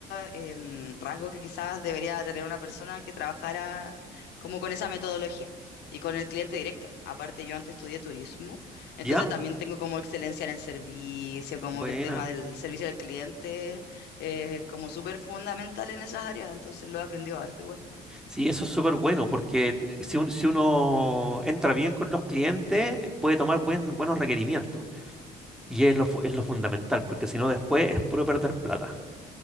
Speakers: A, on the left; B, in the centre.
A: em, rasgos que quizás debería tener una persona que trabajara como con esa metodología. Y con el cliente directo. Aparte, yo antes estudié turismo, entonces
B: ¿ya?
A: también tengo como excelencia en el servicio, como
B: Buena.
A: que el tema del servicio al cliente eh, como súper fundamental en esas áreas, entonces lo he aprendido harto igual.
B: Sí, eso es súper bueno, porque eh, si, un- si uno entra bien con los clientes, puede tomar buen, buenos requerimientos. Y es lo, fu- es lo fundamental, porque si no después es puro perder plata.